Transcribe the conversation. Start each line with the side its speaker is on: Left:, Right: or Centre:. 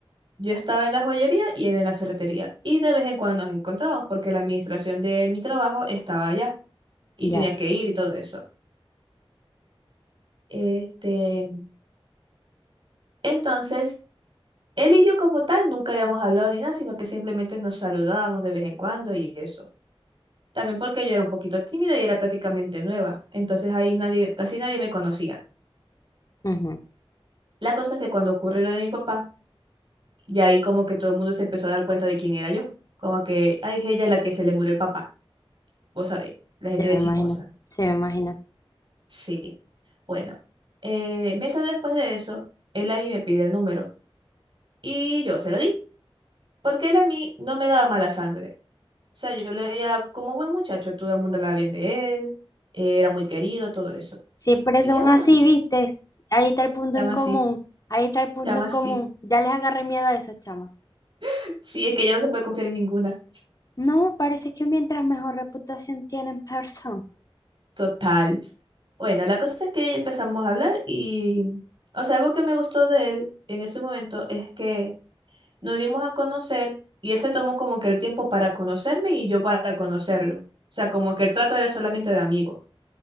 Right: Yo estaba en la joyería y él en la ferretería. Y de vez en cuando nos encontrábamos porque la administración de mi trabajo estaba allá y
Left: ya.
Right: tenía que ir y todo eso. Este, entonces, él y yo como tal nunca habíamos hablado ni nada, sino que simplemente nos saludábamos de vez en cuando y eso. También porque yo era un poquito tímida y era prácticamente nueva. Entonces ahí nadie, casi nadie me conocía.
Left: ujú.
Right: La cosa es que cuando ocurre lo de mi papá, Y ahí como que todo el mundo se empezó a dar cuenta de quién era yo. Como que, ay, es ella la que se le murió el papá. Vos sabéis, la
Left: Sí,
Right: gente de
Left: me
Right: chismosa.
Left: imagino. Sí, me imagino.
Right: Sí. Bueno, eh, meses después de eso, él a mí me pide el número. Y yo se lo di. Porque él a mí no me daba mala sangre. O sea, yo le veía como buen muchacho, todo el mundo hablaba bien de él. eh, Era muy querido, todo eso.
Left: Siempre
Right: Y
Left: son
Right: yo, bueno,
Left: así, ¿viste? Ahí está el punto
Right: llama
Left: en común.
Right: así,
Left: Ahí está el punto
Right: llama
Left: en
Right: así.
Left: común. Ya les agarré miedo a esos chamos.
Right: <laughs> Sí, es que ya no se puede confiar en ninguna.
Left: No, parece que mientras mejor reputación tienen, persona.
Right: Total. Bueno, la cosa es que ya empezamos a hablar y, o sea, algo que me gustó de él en ese momento es que nos dimos a conocer y él se tomó como que el tiempo para conocerme y yo para conocerlo. O sea, como que el trato era solamente de amigo.